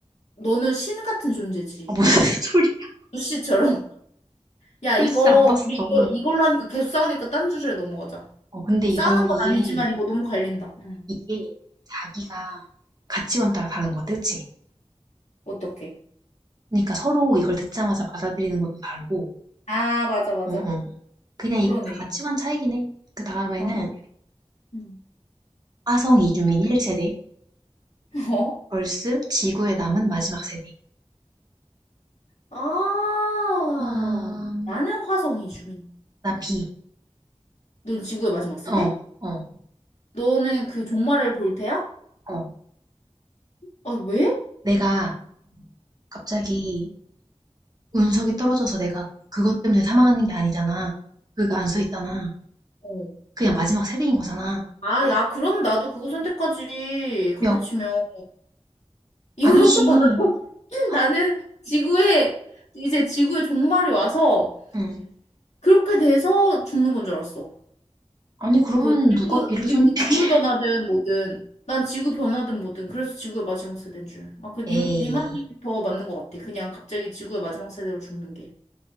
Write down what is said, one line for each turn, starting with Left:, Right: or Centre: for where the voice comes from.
Left: 너는 신 같은 존재지.
Right: 아, 무슨 <laughs> 소리야.
Left: 루시처럼. <laughs> 야,
Right: 루시
Left: 이거
Right: 안 봤어.
Left: 우리 이걸
Right: 응.
Left: 이걸로 하니까 계속 싸우니까 딴 주제로 넘어가자.
Right: 어, 근데 이거,
Left: 싸우는
Right: 이게,
Left: 건 아니지만 이거 너무 갈린다. 응.
Right: 이게 자기가 가치관 따라 다른 거 같아, 그치?
Left: 어떡해.
Right: 그러니까 서로 이걸 듣자마자 받아들이는 것도 다르고,
Left: 아, 맞아, 맞아.
Right: 응, 응. 그냥
Left: 그러네.
Right: 이건 다 가치관 차이긴 해. 그 다음에는
Left: 맞아. 응.
Right: 화성 이주민 1세대,
Left: <laughs> 어?
Right: 벌스 지구에 남은 마지막 세대.
Left: 아,
Right: 아,
Left: 나는 화성이 주민.
Right: 난 B.
Left: 넌 지구의 마지막 세대?
Right: 어, 어,
Left: 너는 그 종말을 볼 테야?
Right: 어.
Left: 아, 왜?
Right: 내가 갑자기 운석이 떨어져서 내가 그것 때문에 사망하는 게 아니잖아. 그거 안 써 있잖아.
Left: 어.
Right: 그냥 마지막 세대인 거잖아.
Left: 아, 야, 그럼 나도 그거 선택하지. 그렇게
Right: 야,
Left: 치면. 이것도
Right: 아니지.
Left: 받아. <laughs>
Right: 아,
Left: 나는 지구에, 이제 지구의 종말이 와서
Right: 응.
Left: 그렇게 돼서 죽는 건 줄 알았어.
Right: 아니, 그러면
Left: 뭐, 지구,
Right: 누가 B를
Left: 지구
Right: 선택해?
Left: 기후변화든 뭐든. 난 지구 변화든 뭐든. 그래서 지구의 마지막 세대인 줄. 아, 그, 니,
Right: 에이,
Left: 니 말이 더 맞는 것 같아. 그냥 갑자기 지구의 마지막 세대로 죽는 게.